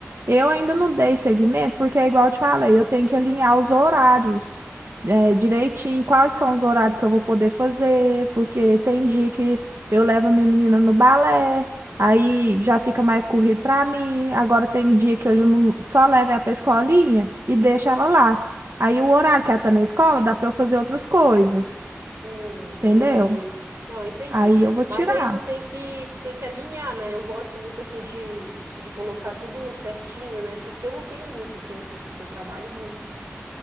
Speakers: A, on the right; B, on the right.
A: Eu ainda não dei seguimento, porque é igual eu te falei, eu tenho que alinhar os horários, é, direitinho, quais são os horários que eu vou poder fazer, porque tem dia que eu levo a minha menina no balé, aí já fica mais corrido para mim. Agora tem dia que eu já não- só levo ela para escolinha e deixo ela lá. Aí o horário que ela tá na escola dá para eu fazer outras coisas,
B: Hum, entendi.
A: entendeu?
B: Não, entendi.
A: Aí eu vou
B: Mas
A: tirar.
B: aí tu tem que tu tem que alinhar, né? Eu gosto muito assim de, de colocar tudo certinho, né? Porque eu não tenho muito tempo, porque eu trabalho muito,